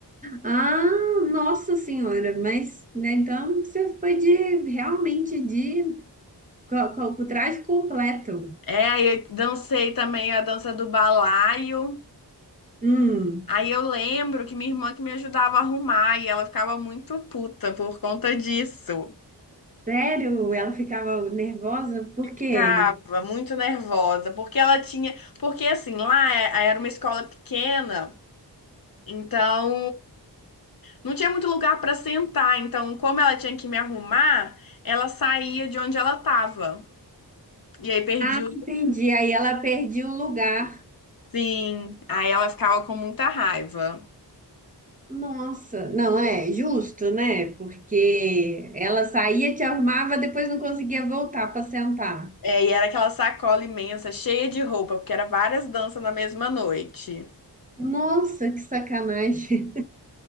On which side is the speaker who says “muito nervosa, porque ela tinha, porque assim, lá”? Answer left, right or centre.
Left